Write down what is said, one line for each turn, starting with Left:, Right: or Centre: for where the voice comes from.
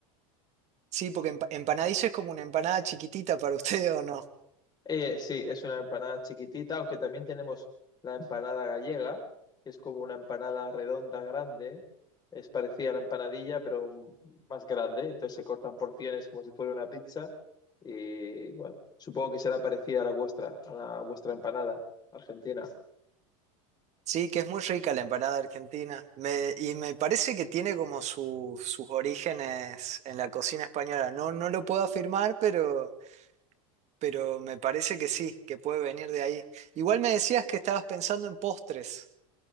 Right: Sí, porque emp- empanadilla es como una empanada chiquitita para <laughs> ustedes, ¿o no?
Left: Eh, sí, es una empanada chiquitita, aunque también tenemos la empanada gallega, que es como una empanada redonda grande, es parecida a la empanadilla, pero m- más grande, entonces se cortan porciones como si fuera una pizza y bueno, supongo que será parecida a la vuestra, a la vuestra empanada argentina.
Right: Sí, que es muy rica la empanada argentina. Me- y me parece que tiene como su- sus orígenes en la cocina española. No, no lo puedo afirmar, pero, pero me parece que sí, que puede venir de ahí. Igual me decías que estabas pensando en postres.